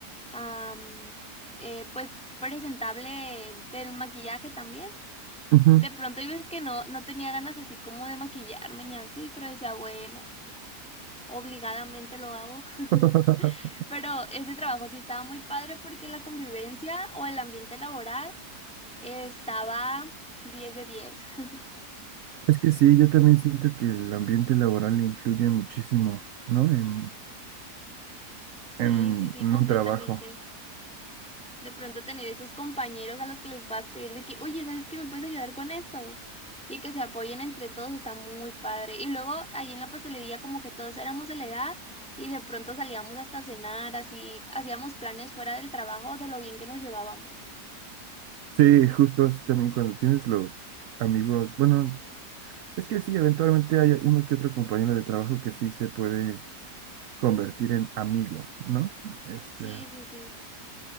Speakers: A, in the centre; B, on the right.
A: am, eh, pues presentable del maquillaje también.
B: ujú.
A: De pronto hay veces que no, no tenía ganas así como de maquillarme ni así, pero decía, bueno, obligadamente lo hago. <laughs>
B: <laughs>
A: Pero ese trabajo sí estaba muy padre porque la convivencia o el ambiente laboral eh, estaba diez de diez <laughs>
B: Es que sí, yo también siento que el ambiente laboral influye muchísimo, ¿no? En,
A: Sí,
B: en,
A: sí, sí,
B: en
A: completamente.
B: un trabajo.
A: de pronto tener esos compañeros a los que les puedas pedir de que, oye, ¿sabes qué me puedes ayudar con esto? Y que se apoyen entre todos, está muy padre. Y luego ahí en la pastelería como que todos éramos de la edad y de pronto salíamos hasta cenar, así hacíamos planes fuera del trabajo de lo bien que nos llevábamos.
B: Sí, justo así también cuando tienes los amigos, bueno, es que sí, eventualmente hay uno que otro compañero de trabajo que sí se puede convertir en amigo, ¿no? Este,
A: Sí, sí, sí.